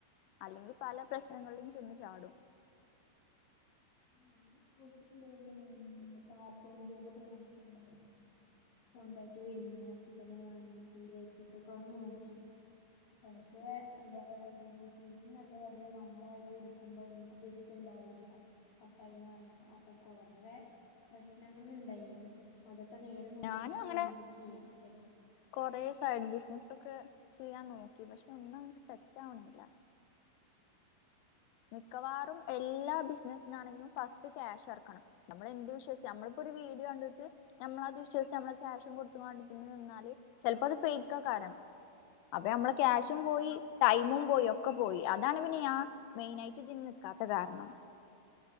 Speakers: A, on the left; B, on the left.
A: അല്ലെങ്കി പല പ്രശ്നങ്ങളിലും ചെന്ന് ചാടും
B: ഞാൻ നോക്കുന്നുണ്ടേരുന്നു ഊം പാർട്ട് ടൈം ജോബൊക്കെ നമുക്കും ഉണ്ടാവും സ്വന്തായിട്ട് വരുമാനം അപ്പ തന്നെ വേണംന്നൊക്കെ വിചാരിച്ചിട്ട് കൊറെ നോക്കി പക്ഷേ എന്താ പറയാ യൂട്യൂബും നല്ല പറയും നമ്മളായിട്ട്എടുക്കുമ്പ എനിക്ക് ബെറ്റ്ണ്ടാവില്ല അപ്പ ഐന്നറങ്ങി അപ്പ കൊറെ പ്രശ്നങ്ങളിണ്ടായിനു അതൊക്കെ നേര അത് നോക്കീട്ട്
A: ഞാനും
B: വാണം
A: അങ്ങനെ
B: നമുക്ക് ചെയ്യാൻ ഏഹ്
A: കൊറേ സൈഡ് ബിസിനസൊക്കെ ചെയ്യാൻ നോക്കി പക്ഷെ ഒന്നും നമുക്ക് സെറ്റാവണില്ല മിക്കവാറും എല്ലാ ബിസിനസിനാണെങ്കിലും ഫസ്റ്റ് ക്യാഷ് എറക്കണം നമ്മളെന്ത് വിശ്വാസിച്ച നമ്മളിപ്പൊര് വീഡിയോ കണ്ടിട്ട് ഞമ്മളത് വിശ്വസ്‌ച്ച് നമ്മളാ ക്യാഷും കൊടുത്ത്കാണ്ട്പിന്നെ നിന്നാല് ചെലപ്പത് ഫേക്ക്ക്കാരം അപ്പ ഞമ്മളെ ക്യാഷും
B: ആഹ്
A: പോയി ടൈമും പോയ് ഒക്കെ പോയ് അതാണ് പിന്നെ ഞാ മെയിനായിട്ട് ഇത്ൻ നിക്കാത്ത കാരണം